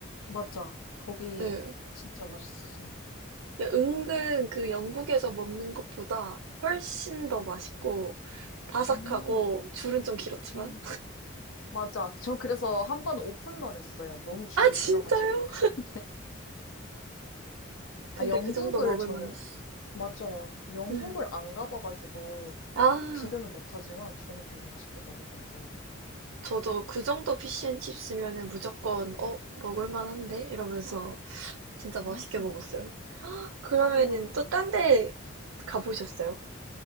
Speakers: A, on the left (about 80°); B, on the right (about 85°).
A: 맞아. 거기
B: 네.
A: 진짜 맛있었어요.
B: 그 은근 그 영국에서 먹는 것보다 훨씬 더 맛있고, 바삭하고,
A: 음,
B: 줄은 좀 길었지만.
A: 음. 맞아. 저 그래서 한 번 오픈런 했어요. 너무 줄이
B: 아, 진짜요?
A: 길어가지고. <laughs>
B: 근데
A: 아, 영국을
B: 그 정도 먹을
A: 저는,
B: 만했어.
A: 맞아요. 영국을
B: 네.
A: 안 가봐가지고
B: 아,
A: 비교는 못하지만 저는 되게 맛있게 먹었던 기억이 나요.
B: 저도 그 정도 피시앤칩스면은 무조건 어, 먹을 만한데? 이러면서 진짜
A: 음,
B: 맛있게 먹었어요. 그러면은
A: 와,
B: 또 딴데 가보셨어요?